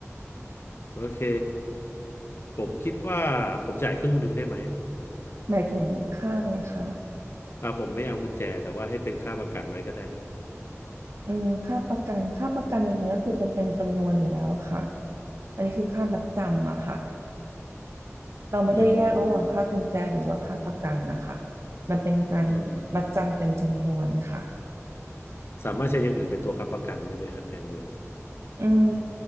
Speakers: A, on the left; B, on the right.
A: โอเคผมคิดว่าผมจ่ายครึ่งหนึ่งได้ไหมอ่ะ
B: หมายถึงค่าอะไรคะ
A: อ่าผมไม่เอากุญแจแต่ว่าให้เป็นค่าประกันไว้ก็ได้ฮะ
B: อืมค่าประกันค่าประกันยังไงก็คือเป็นเต็มจำนวนอยู่แล้วค่ะอันนี้คือค่ามัดจำอะค่ะเราไม่ได้แยกระหว่างค่ากุญแจหรือว่าค่าประกันนะคะ
A: อืม
B: มันเป็นการมัดจำเต็มจำนวนค่ะ
A: อืมสามารถใช้อย่างอื่นเป็นตัวค้ำประกันได้ไหมฮะแทนเงิน
B: อืม